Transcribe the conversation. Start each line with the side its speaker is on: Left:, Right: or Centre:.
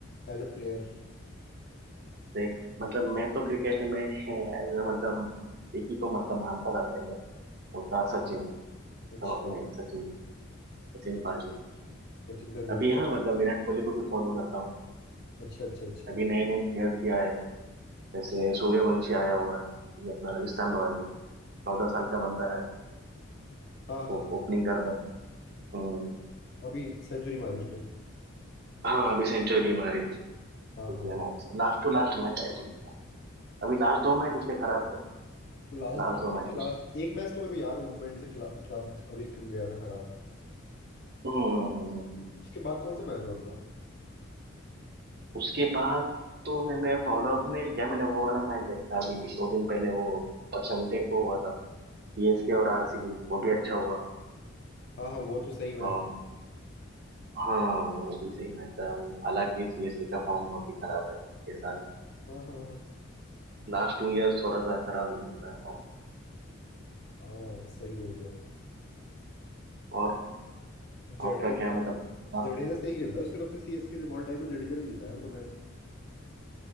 Left: एज अ प्लेयर
Right: देख मतलब मैं तो क्रिकेट में एज मतलब एक ही को मतलब मानता था पहले वो था सचिन सब
Left: अच्छा
Right: अपने सचिन सचिन पाजी
Left: सचिन तेंदुलकर
Right: अभी हाँ मतलब विराट कोहली को भी फॉलो करता हूँ
Left: अच्छा अच्छा अच्छा
Right: अभी नए नए प्लेयर्स भी आए हैं। जैसे सूर्यवंशी आया हुआ है ये अपना राजस्थान रॉयल में चौदह साल का बंदा है
Left: हाँ हाँ
Right: वो ओपनिंग कर रहा है हम्म
Left: अभी सेंचुरी मारी उसने
Right: हाँ अभी सेंचुरी भी मारी थी
Left: हाँ
Right: पिछले
Left: हाँ
Right: match last to last match आई थी अभी लास्ट दो मैच उसके खराब गए
Left: लास्ट
Right: लास्ट
Left: दो मैच
Right: दो मैच
Left: या लास्ट एक मैच तो मेरे को याद है मुंबई इंडियंस के खिलाफ खिलाफ अभी गया था खराब
Right: हम्म हम्म, हम्म, हम्म, हम्म।
Left: उसके बाद कौन सा मैच हुआ उनका
Right: उसके बाद तो मैंने फॉलो अप नहीं किया मैंने वो वाला मैच देखा अभी दो दिन पहले वो संडे को हुआ था सीएसके और आरसीबी वो भी अच्छा हुआ
Left: हाँ हाँ वो तो सही मैच
Right: अम,
Left: था
Right: हाँ वो भी सही मैच था वो हालांकि सीएसके का फॉर्म बहुत ही खराब है ये साल
Left: हाँ हाँ हाँ
Right: लास्ट टू इयर्स थोड़ा सा खराब निकल रहा है form।
Left: हाँ सही बोल रहा
Right: और
Left: जडेजा
Right: आपका क्या मतलब आप
Left: जडेजा सही खेलता है उस तरफ से सीएसके से बहुत टाइम तो जडेजा नहीं जीता है उनको मैच